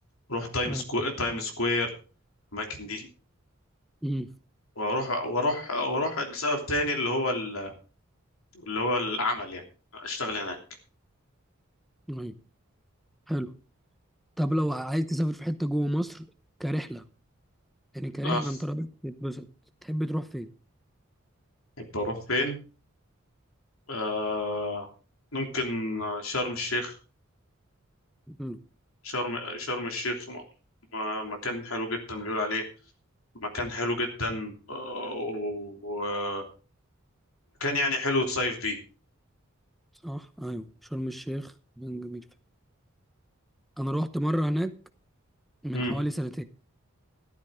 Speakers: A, on the left; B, in the centre.
A: اروح تايم
B: أيوة.
A: سكو... تايم سكوير الاماكن دي
B: مم.
A: واروح واروح واروح لسبب تاني اللي هو ال... اللي هو العمل يعني اشتغل هناك
B: أيوة. حلو طب لو عايز تسافر في حته جوه مصر كرحله يعني كرحله
A: اه
B: انت رايح تتبسط تحب تروح فين
A: أحب أروح فين؟ آه ممكن شرم الشيخ
B: مم.
A: شرم شرم الشيخ م- م- مكان حلو جدا بيقول عليه مكان حلو جدا آه، ومكان يعني حلو تصيف بيه
B: صح ايوه شرم الشيخ مكان جميل فعلا. انا روحت مره هناك من
A: مم.
B: حوالي سنتين